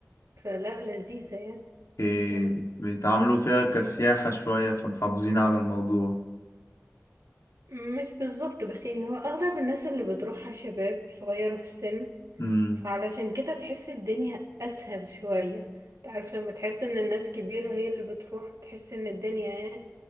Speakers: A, on the right; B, on the left.
A: فلا لذيذة يعني
B: أوكي
A: ف-
B: بيتعاملوا فيها كسياحة شوية فمحافظين على الموضوع
A: مش بالظبط بس يعني هو أغلب الناس اللي بتروحها شباب صغيرة في السن
B: امم
A: فعلشان كده تحس الدنيا أسهل شوية تعرف لما تحس إن الناس كبيرة هي اللي بتروح تحس إن الدنيا إيه،